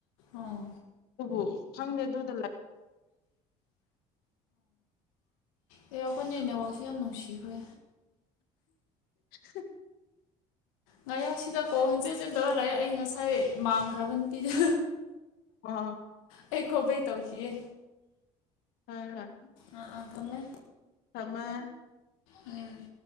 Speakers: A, on the left; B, on the left.
A: ꯑꯣ
B: ꯑꯗꯨꯕꯨ ꯈꯪꯗꯦ ꯑꯗꯨꯗ
A: ꯑꯦ ꯑꯩ ꯈꯣꯏꯅꯤ ꯅꯦꯛꯋꯥꯛꯁꯦ ꯌꯥꯝ ꯅꯨꯡꯁꯤꯈ꯭ꯔꯦ
B: <unintelligible>
A: ꯉꯔꯥꯡꯁꯤꯗ ꯀꯣꯜ ꯍꯟꯖꯤꯟ ꯖꯤꯟ ꯇꯧꯔꯥ ꯂꯩꯌꯦ ꯑꯩ ꯉꯁꯥꯏ ꯃꯥꯡꯈ꯭ꯔꯥꯕ ꯅꯨꯄꯤꯗ
B: ꯑꯣ
A: ꯑꯩ ꯀꯣꯕꯦꯛ ꯇꯧꯈꯤꯌꯦ
B: ꯍꯣꯏ ꯍꯣꯏ
A: ꯑꯥ ꯑꯥ ꯊꯝꯃꯦ
B: ꯊꯝꯃꯦ
A: ꯎꯝ